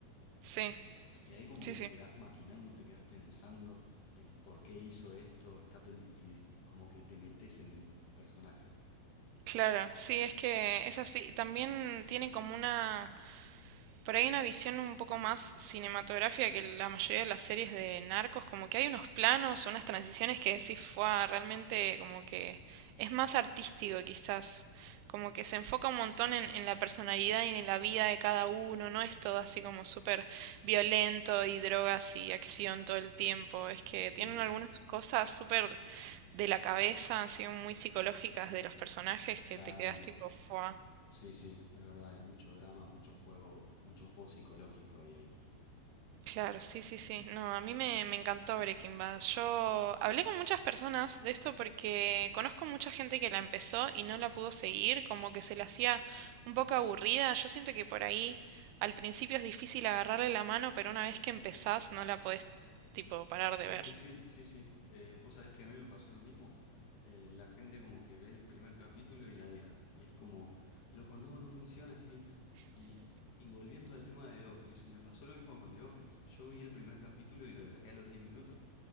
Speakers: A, on the right; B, on the left.
A: sí,
B: Y ahí como
A: sí,
B: que
A: sí,
B: te quedás maquinando, te quedás pensando en por qué hizo esto, está pen- y como que te metes en el personaje.
A: claro, sí, es que es así. También tiene como una... Por ahí una visión un poco más cinematográfica que la mayoría de las series de narcos, como que hay unos planos, unas transiciones que decís, fue realmente como que es más artístico quizás, como que se enfoca un montón en, en la personalidad y en la vida de cada uno, no es todo así como súper violento y drogas y acción todo el tiempo, es que
B: Sí,
A: tienen algunas cosas súper de la cabeza, así muy psicológicas de los personajes que
B: claro.
A: te quedas tipo, fue.
B: Sí, sí, es verdad, hay mucho drama, mucho juego, mucho juego psicológico ahí, ahí.
A: Claro, sí, sí, sí. No, a mí me, me encantó Breaking Bad. Yo hablé con muchas personas de esto porque conozco mucha gente que la empezó y no la pudo seguir, como que se la hacía un poco aburrida. Yo siento que por ahí al principio es difícil agarrarle la mano, pero una vez que empezás no la podés tipo parar de
B: Es
A: ver.
B: que sí, sí, sí. Eh, vos sabés que a mí me pasó lo mismo. Eh, la gente como que ve el primer capítulo y la deja. Y es como, loco, no, no funciona así. Y, y volviendo al tema de The Office, me pasó lo mismo con The Office. Yo vi el primer capítulo y lo dejé a los diez minutos.